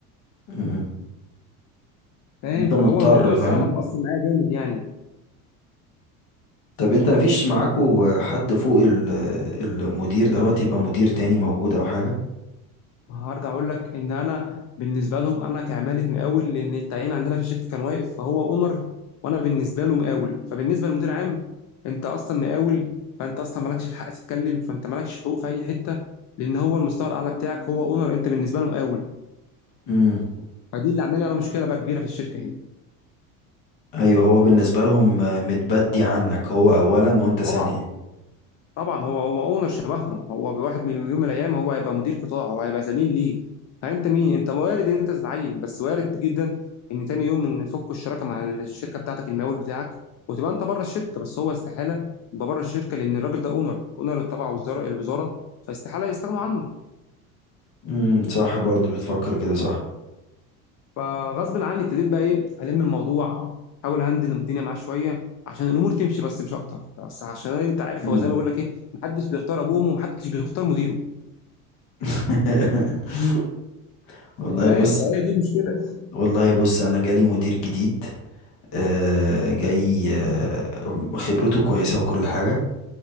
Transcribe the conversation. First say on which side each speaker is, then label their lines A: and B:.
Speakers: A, on the left; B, on the left.
A: م- م.
B: فاهم
A: انت
B: فهو
A: مضطر
B: الموضوع الصراحه
A: فاهم
B: مأثر معايا جامد يعني
A: طب انت مفيش معاكو حد فوق ال- المدير دوت يبقى مدير تاني موجود او حاجة
B: هرجع اقول لك ان انا بالنسبه لهم انا كعماله مقاول لان التعيين عندنا في الشركه كان واقف فهو اونر وانا بالنسبه له مقاول فبالنسبه للمدير عام انت اصلا مقاول فانت اصلا مالكش الحق تتكلم فانت مالكش حقوق في اي حته لان هو المستوى الاعلى بتاعك هو اونر انت بالنسبه له مقاول
A: امم
B: فدي اللي عامله لي انا مشكله بقى كبيره في الشركه هنا
A: ايوه هو بالنسبة لهم متبدي عنك هو اولا وانت ثانيا
B: طبعا طبعًا هو هو أونر شبههم، هو بواحد من يوم من الأيام هو هيبقى مدير قطاع، هو هيبقى زميل ليه، فأنت مين؟ أنت وارد إن أنت تتعيّن، بس وارد جدًا إن تاني يوم يفكوا الشراكة مع الشركة بتاعتك المقاول بتاعك، وتبقى أنت بره الشركة، بس هو استحالة يبقى بره الشركة لأن الراجل ده أونر، أونر تبع وزارة الوزارة فاستحالة يستغنوا عنه،
A: امم صح برضو بتفكر كده صح
B: فغصبٍ عني ابتديت بقى إيه ألِم الموضوع، أحاول أهندل الدنيا معاه شوية عشان الأمور تمشي بس مش أكتر، بس عشان أنت عارف
A: مم.
B: هو زي ما باقول لك إيه ما حدش بيختار أبوه وأمه وما حدش بيختار مديره،
A: <laughs> والله
B: فاهم؟
A: بص
B: فهي دي المشكلة.
A: والله بص انا جالي مدير جديد آه، جاي آه، خبرته كويسة وكل حاجة